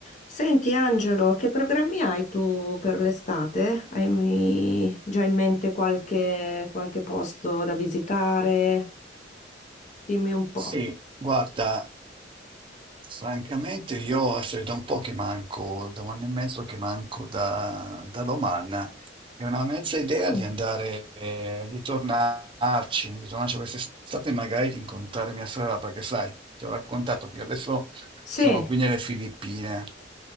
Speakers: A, on the left (about 45°); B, on the right (about 30°).
A: Senti Angelo, che programmi hai tu per l'estate? Hai mi- già in mente qualche, qualche posto da visitare? Dimmi un po'.
B: Sì, guarda, francamente io adesso è da un po' che manco, da un anno e mezzo che manco da, da Lomanna, è una mezza idea
A: Mm,
B: di andare, eh, di tornarci, di tornarci quest'estate e magari di incontrare mia sorella, perché sai, ti ho raccontato che io adesso
A: Sì,
B: sono qui nelle Filippine